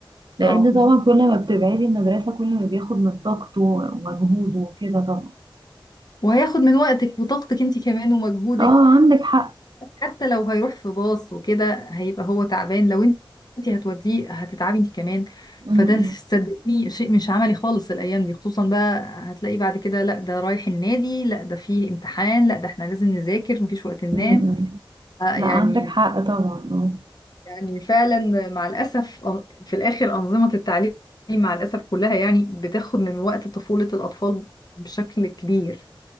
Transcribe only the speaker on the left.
اه
دي-
وهياخد من وقتك وطاقتك انت كمان ومجهودك
حتى لو هيروح في باص وكده هيبقى هو تعبان لو انت هتوديه هتتعبي انت كمان
فده صدقني شيء مش عملي خالص الايام دي خصوصا بقى هتلاقي بعد كده لا ده رايح النادي لا ده فيه امتحان لا ده احنا لازم نذاكر مفيش وقت ننام
آه يعني
يعني فعلا مع الاسف أن- في الاخر انظمه التعليم مع الاسف كلها يعني بتاخد من وقت طفوله الاطفال بشكل كبير